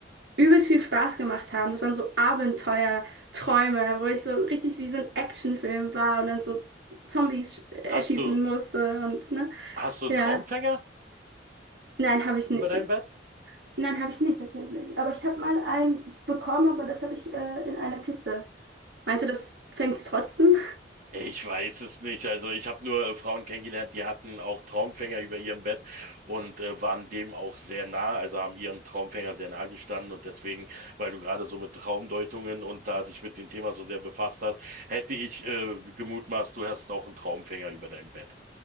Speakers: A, on the right; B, on the right.
A: übelst viel Spaß gemacht haben. Das waren so Abenteuerträume, wo ich so richtig wie so ein Actionfilm war und dann so Zombies sch- erschießen
B: Hast du,
A: musste und ne.
B: hast du einen
A: Ja.
B: Traumfänger
A: Nein, habe ich nicht.
B: über deinem Bett?
A: Nein, habe ich nicht tatsächlich. Aber ich habe mal eins bekommen, aber das hatte ich äh, in einer Kiste. Meinst du, das fängt's trotzdem?
B: Äh, Ich weiß es nicht. Also ich habe nur äh, Frauen kennengelernt, die hatten auch Traumfänger über ihrem Bett und äh, waren dem auch sehr nah, also haben ihren Traumfänger sehr nah gestanden und deswegen, weil du gerade so mit Traumdeutungen und da dich mit dem Thema so sehr befasst hast, hätte ich äh, gemutmaßt, du hast auch einen Traumfänger über deinem Bett.